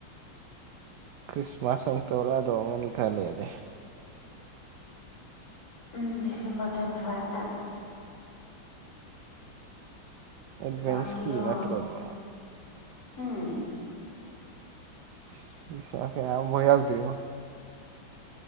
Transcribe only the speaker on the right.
ꯈ꯭ꯔꯤꯁꯃꯥꯁ ꯑꯃꯨꯛ ꯇꯧꯔꯛꯑꯥꯗꯣꯏ ꯑꯣꯏꯔꯝꯅꯤ ꯈꯔ ꯂꯩꯔꯗꯤ
ꯑꯦꯗꯚꯦꯟꯁꯀꯤ
ꯅꯠꯇ꯭ꯔꯣ ꯑꯗꯣ
ꯈ꯭ꯔꯤꯁꯃꯥꯁꯀ ꯑꯝꯐꯥꯎ ꯌꯥꯎꯗ꯭ꯔꯤꯉꯣ